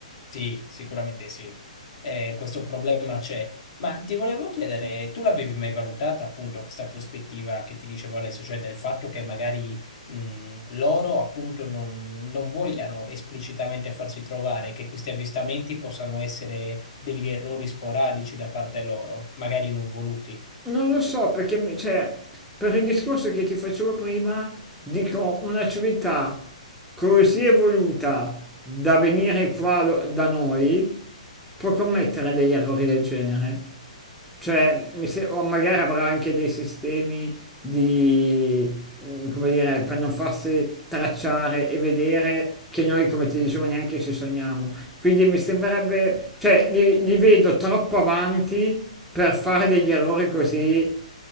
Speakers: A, on the left; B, in the centre.
A: sì, sicuramente sì, Eh, questo problema c'è. Ma ti volevo chiedere, tu l'avevi mai valutata appunto questa prospettiva che ti dicevo adesso, cioè del fatto che magari mh, loro appunto non, non vogliano esplicitamente farsi trovare, che questi avvistamenti possano essere degli errori sporadici da parte loro, magari non voluti.
B: Non lo so perché, mi- cioè, per il discorso che ti facevo prima, dico una civiltà così evoluta da venire qua lo- da noi può commettere degli errori del genere. Cioè, mi se- o magari avrà anche dei sistemi di, mm, come dire, per non farsi tracciare e vedere che noi, come ti dicevo, neanche ci sogniamo. Quindi mi sembrerebbe, cioè, li, li vedo troppo avanti per fare degli errori così